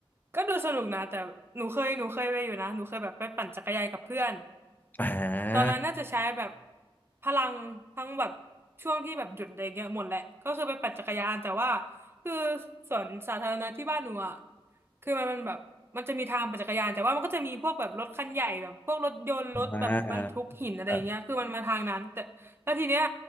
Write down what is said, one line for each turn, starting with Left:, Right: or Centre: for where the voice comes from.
Right: ก็ดูสนุกนะแต่หนูเคยหนูเคยไปอยู่นะหนูเคยแบบไปปั่นจักรยานกับเพื่อน
Left: อ่า
Right: ตอนนั้นน่าจะใช้แบบพลังทั้งแบบช่วงที่แบบหยุดอะไรเงี้ยหมดแหละก็คือไปปั่นจักรยานแต่ว่าคือสวนสาธารณะที่บ้านหนูอ่ะคือมันเป็นแบบมันจะมีทางปั่นจักรยานแต่ว่ามันก็จะมีพวกแบบรถคันใหญ่แบบพวกรถยนต์รถแบบบรรทุกหินอะไรเงี้ยคือมันมาทางนั้นแต่แล้วทีเนี้ย
Left: อ่าอ่าอ่า